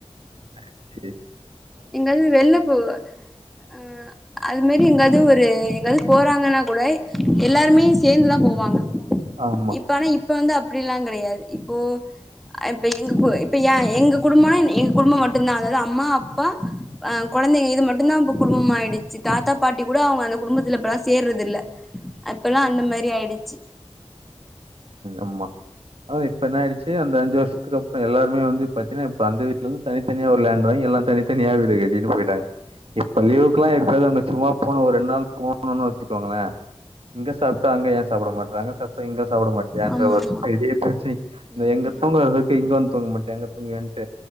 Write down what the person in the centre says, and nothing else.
எங்காது வெள்ளப்போ. அஹ அது மாதிரி எங்காவது ஒரு எங்காவது போறாங்கன்னா கூட எல்லாருமே சேந்துதா போவாங்க.
இப்ப ஆனா இப். இப்ப வந்து அப்டில்லா கெடையாது. இப்போ இப்ப எங்க இப்ப எங்க குடும்பம் எங்க குடும்பம் மட்டும்தா அதாவது அம்மா அப்பா. அஹ குழந்தைங்க இது மட்டுதா இப்ப குடும்பமா ஆயிடுச்சு தாத்தா பாட்டி கூட அவங்க அந்த குடும்பத்துல இப்பல்லா சேர்றது இல்ல. இப்பல்லா அந்த மாரி ஆயிடுச்சு.
ஆமா
ஆமா
ம்
ஆமா
ஆமா
ம்